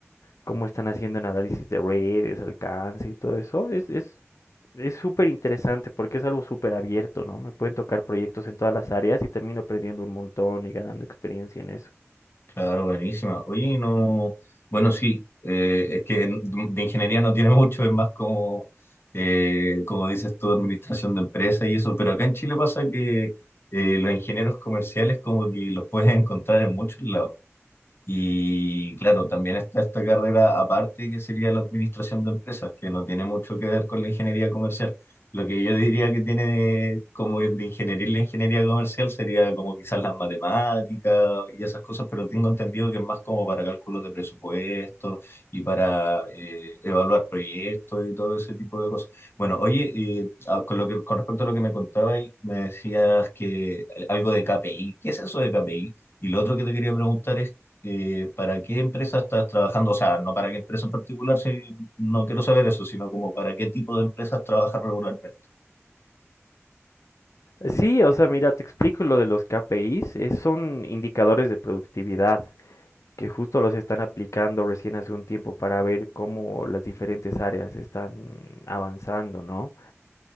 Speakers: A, on the left; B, on the left.
A: cómo están haciendo en análisis de redes, alcance y todo eso. Es, es, es súper interesante porque es algo súper abierto, ¿no? Me pueden tocar proyectos en todas las áreas y termino aprendiendo un montón y ganando experiencia en eso.
B: Claro, buenísima. Oye, no, bueno, sí, eh, es que en- de ingeniería no tiene <laughs> mucho, es más como, eh, como dices tú, administración de empresas y eso, pero acá en Chile pasa que eh, los ingenieros comerciales como que los puedes encontrar en muchos lados. Y claro, también está esta carrera aparte que sería la administración de empresas, que no tiene mucho que ver con la ingeniería comercial. Lo que yo diría que tiene de- como de ingeniería y la ingeniería comercial sería como quizás las matemáticas y esas cosas, pero tengo entendido que es más como para cálculos de presupuesto y para eh, evaluar proyectos y todo ese tipo de cosas. Bueno, oye, eh, a- con lo que, con respecto a lo que me contabas, me decías que eh, algo de KPI. ¿Qué es eso de KPI? Y lo otro que te quería preguntar es eh, ¿para qué empresa estás trabajando? O sea, no para qué empresa en particular, si no quiero saber eso, sino como para qué tipo de empresas trabajas regularmente.
A: Sí, o sea, mira, te explico lo de los KPIs. es- son indicadores de productividad. que justo los están aplicando recién hace un tiempo para ver cómo las diferentes áreas están avanzando, ¿no?